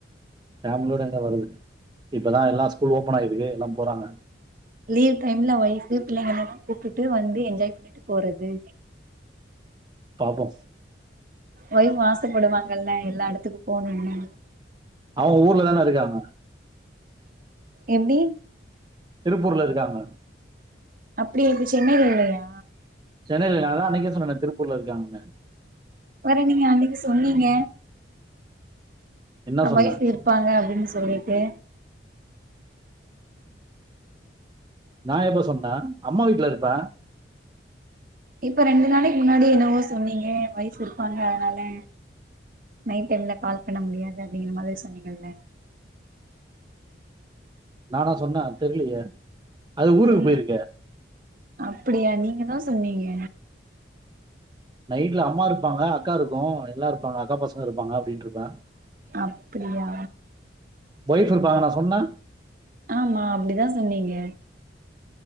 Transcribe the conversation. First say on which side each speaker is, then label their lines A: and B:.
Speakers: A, on the right; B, on the right.
A: ஃபேம்லியோட எங்க வரது இப்பதா எல்லா ஸ்கூல் ஓப்பன் ஆயிருக்கே என்னப் போறாங்க
B: லீவ் டைம்ல வைஃப்ஃபு பிள்ளைங்கலெல்லா கூப்டுட்டு வந்து என்ஜாய் பண்ணிட்டு போறது
A: பாப்போ
B: ஒய்ஃப் ஆசப்படுவாங்கல்ல எல்லா எடத்துக்குப்போணுன்னு
A: அவ ஊர்ல தான இருக்காங்க
B: எப்டி
A: திருப்பூர்ல இருக்காங்க
B: அப்டியா இப்ப சென்னைல இல்லையா
A: சென்னைல நா தா அன்னைக்கே சொன்னனே திருப்பூர்ல இருக்காங்கன்னு
B: வர நீங்க அன்னைக்கு சொன்னிங்க
A: என்ன சொன்ன
B: வைய்ஃப் இருப்பாங்க அப்டின்னு சொல்லிட்டு
A: நா எப்ப சொன்னே அம்மா வீட்ல இருப்ப
B: இப்ப ரெண்டு நாளைக் முன்னாடி என்னவோ சொன்னிங்க வய்ஃப் இருப்பாங்க அதனால நைட் டைம்ல கால் பண்ண முடியாது அப்டிங்கற மாதிரி சொன்னிங்கல்ல
A: நானா சொன்னே தெர்லையே அது ஊருக்கு
B: நீ
A: பொயிருக்கே
B: அப்டியா நீங்க தா சொன்னிங்க
A: நைட்ல அம்மாருக் ப்பாங்க அக்காருக்கு எல்லாருப் பாங்க அக்கா பசங்கருப் பாங்க அப்டின்ட்ருப்ப
B: அப்டியா
A: வைப் இருப் பாகனா சொன்ன
B: ஆமா அப்டிதா சொன்னிங்க